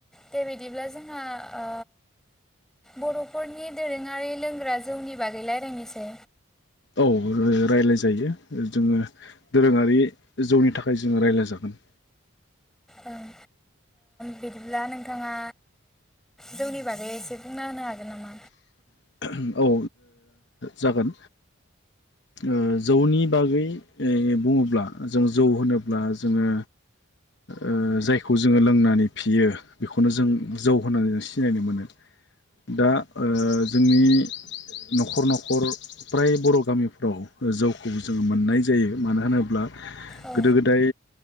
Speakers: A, in the centre; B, on the left.
A: देबायदिब्ला जोंहा ओ बर'फोरनि दोरोङारि लोंग्रा जौनि बागै रायलायनोसै।
B: औ रायलाय जायो जोङो दोरोङारि जौनि थाखाय जोङो रायलाय जागोन।
A: ओं। बिदिब्ला नोंथाङा जौनि बागै एसे बुंना होनो हागोन नामा?
B: औ ओ जागोन। ओ जौनि बागै ओ बुङोब्ला जों जौ होनोब्ला जोङो ओ जायखौ जोङो लोंनानै फेयो बेखौनो जों जौ होननानै जों सिनायनो मोनो। दा ओ जोंनि न'खर न'खर फ्राय बर' गामिफ्राव जौखौ जोङो मोननाय जायो। मानो होनोब्ला
A: औ
B: गोदो गोदाय